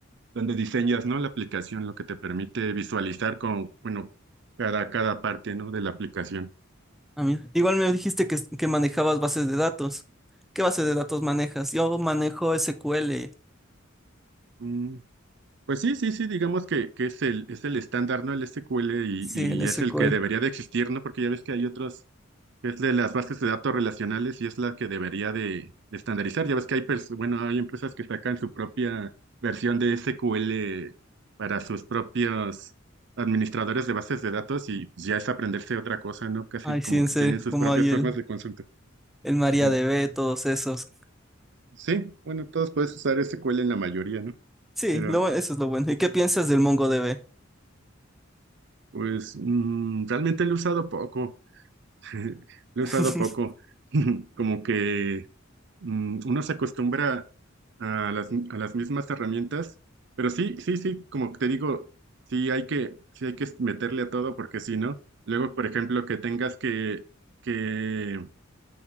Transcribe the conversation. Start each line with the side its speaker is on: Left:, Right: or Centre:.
Right: donde diseñas, ¿no? La aplicación, lo que te permite visualizar con, bueno, cada, cada parte, ¿no? De la aplicación.
Centre: Ah, mira. Igual me dijiste que, que manejabas bases de datos. ¿Qué base de datos manejas? Yo manejo SQL.
Right: Mm, pues sí, sí, sí, digamos que, que es el, es el estándar, ¿no? El SQL y,
Centre: Sí,
Right: y
Centre: el SQL.
Right: es el que debería de existir, ¿no? Porque ya ves que hay otros que Es de las bases de datos relacionales y es la que debería de, de estandarizar. Ya ves que hay, pers- bueno, hay empresas que sacan su propia versión de SQL para sus propios administradores de bases de datos y ya es aprenderse otra cosa, ¿no? Casi
Centre: Ay,
Right: como
Centre: sí, en
Right: que
Centre: serio,
Right: tienen sus
Centre: como
Right: propias
Centre: ahí el,
Right: formas de consulta.
Centre: el
Right: <laughs>
Centre: MariaDB,
Right: Ujú.
Centre: todos esos.
Right: Sí, bueno, todos puedes usar SQL en la mayoría, ¿no?
Centre: Sí,
Right: Pero
Centre: lo, bu- eso es lo bueno. ¿Y qué piensas del MongoDB?
Right: pues mm, realmente lo he usado poco. <laughs> Lo
Centre: <laughs>
Right: he usado poco. <laughs> Como que mm, uno se acostumbra a las, a las mismas herramientas, pero sí, sí, sí, como te digo, sí hay que, sí hay que meterle a todo porque si no, luego, por ejemplo, que tengas que, que,